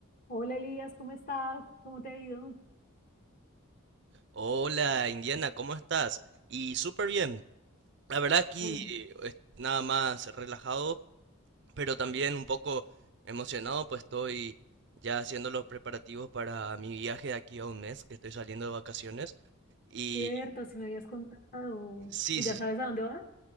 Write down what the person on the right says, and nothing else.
Hola Indiana, ¿cómo estás? Y súper bien. La verdad aquí
eh, es nada más relajado, pero también un poco emocionado, pues estoy ya haciendo los preparativos para mi viaje de aquí a un mes, que estoy saliendo de vacaciones. Y
sí,
sí,